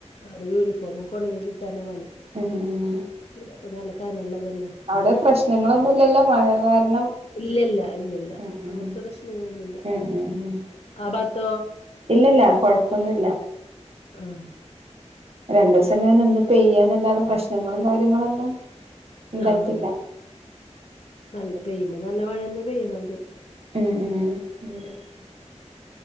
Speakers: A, on the left (about 60°); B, on the right (about 55°).
A: അവരുടെ യൂണിഫോമൊക്കെ ഉണങ്ങി കിട്ടാനാ പണി
B: ഉം ഉം
A: പിന്നെ ഒക്കെ നല്ല കനമുള്ളതല്ലേ
B: അവിടെ പ്രശ്നങ്ങളൊന്നും ഇല്ലല്ലോ മഴ കാരണം
A: ഇല്ലല്ല ഇല്ലല്ല
B: ഉം
A: അങ്ങനത്തെ
B: ഉം
A: പ്രശ്നങ്ങളൊന്നുമില്ല
B: ഉം ഉം ഉം
A: ആഹ് ഭാഗത്തോ
B: ഇല്ലല്ല കൊഴപ്പൊന്നുല്ല
A: ആഹ്
B: രണ്ടു ദിവസം ഇങ്ങനെ നിന്ന് പെയ്യാ എന്നല്ലാതെ പ്രശ്നങ്ങളും കാര്യങ്ങളൊന്നും ഉണ്ടായിട്ടില്ല
A: ആഹ് നല്ല പെയ്യുമ്പോ നല്ല മഴ തന്നെയാ പെയ്യണത്.
B: ഉം <unintelligible>